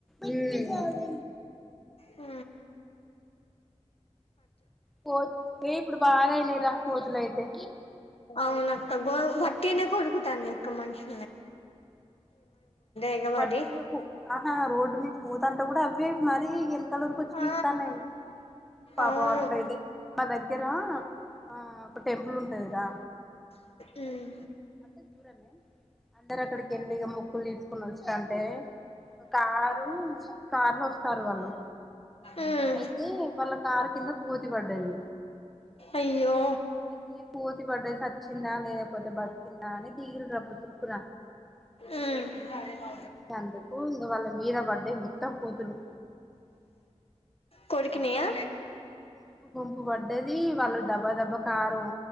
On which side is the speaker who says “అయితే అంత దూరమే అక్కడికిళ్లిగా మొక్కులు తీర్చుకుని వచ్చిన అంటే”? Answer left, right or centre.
Centre